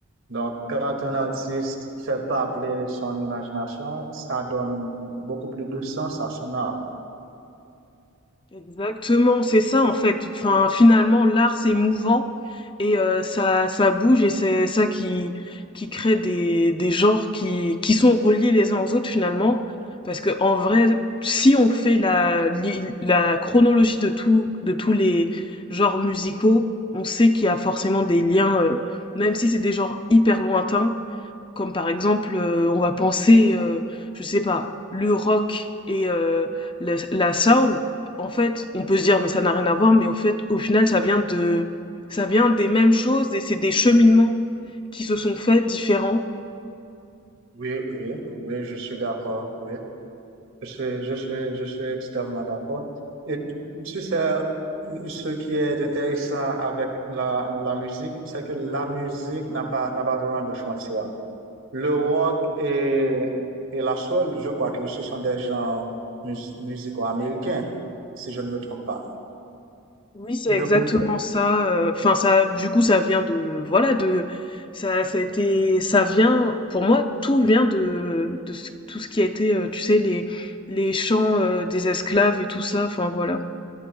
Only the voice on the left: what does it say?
Exactement, c'est ça en fait. Enfin, finalement, l'art c'est mouvant et euh, ça ça bouge et c'est ça qui qui crée des des genres qui qui sont reliés les uns aux autres finalement. Parce que en vrai, si on fait la li- la chronologie de tout de tous les genres musicaux, on sait qu'il y a forcément des liens, euh, même si c'est des genres hyper lointains. Comme par exemple, euh, on va penser, euh, je sais pas, le rock et euh, la, la soul. En fait, on peut se dire, mais ça n'a rien à voir, mais au fait, au final, ça vient de, ça vient des mêmes choses et c'est des cheminements qui se sont faits différents.
Oui, c'est
exactement
ça. euh, Enfin, ça, du coup, ça vient de, voilà, de, ça, ça a été, ça vient, pour moi, tout vient de, de ce- tout ce qui a été, euh, tu sais, les, les chants euh, des esclaves et tout ça. Enfin, voilà.